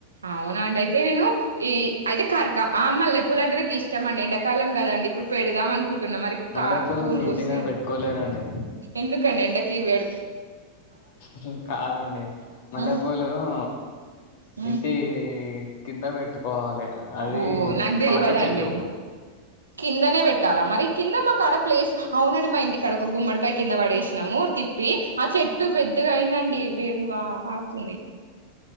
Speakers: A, on the right (about 75°); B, on the left (about 50°).
A: అవునండి అయితే నేను ఈ అయితే కరక ఆ మల్లెపూల అంటే నాకు ఇష్టం అండి ఎండాకాలం కదండి ఇప్పుడు పెడదాం అన్ కుంటున్నా మరి
B: మల్లెపూలు
A: కా పూలు
B: మీ
A: పూస్తయా
B: ఇంటి మీద పెట్టుకోలేరండి
A: ఎందుకండి ఎండకిడు
B: మ్మ్ కాదండి మల్లె
A: హ్మ్.
B: పూలు ఆ
A: హ్మ్.
B: ఇంటి కింద పెట్టుకోవాలి అది
A: ఓ నాకు తెలవదండి
B: పాకే చెట్టు
A: కిందనే పెట్టాలా మరి కింద మాకాడ ప్లేస్ అవునండి మా ఇంటి కాడ ఒక గుమ్మడికాయ కింద పడేసినాము తిప్పి ఆ చెట్టు పెద్దగయిందండి వేర్లు వా పాకుతుంది